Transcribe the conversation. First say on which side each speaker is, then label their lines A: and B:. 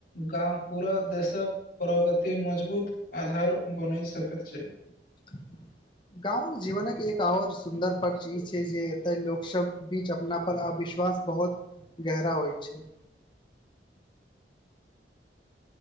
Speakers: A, on the left (about 55°); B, on the left (about 25°).
A: गांव पूरा देशक प्रगति मजबूत आधार बनि सकैत छैइ
B: <inaudible> गाँंव जीवनक एक आओर सुन्दर पक्ष ई छैइ जे एतय लोक सब बीच अपना पर आविष् विश्वास बहुत गहरा होइ छैइ